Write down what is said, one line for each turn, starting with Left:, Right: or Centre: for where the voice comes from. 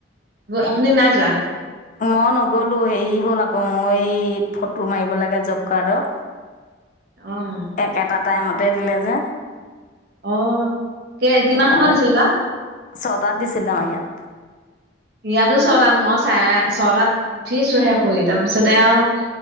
Right: আপুনি নায় যোৱা?
Left: মই নগলো, হেৰি হ'ল আকৌ মই এই ফটো মাৰিব লাগে জব কাৰ্ডৰ।
Right: আহ।
Left: একেটা টাইমতে দিলে যে।
Right: আঁ, কি কিমান
Left: সেইকাৰণে
Right: সময়ত দিছিলো তাত?
Left: ছটাত দিছিলে আমাৰ ইয়াত
Right: ইয়াতো চটাত, মই চাৰে ছটাত উঠিছো শে শুই, তাৰ পিছতে আৰু,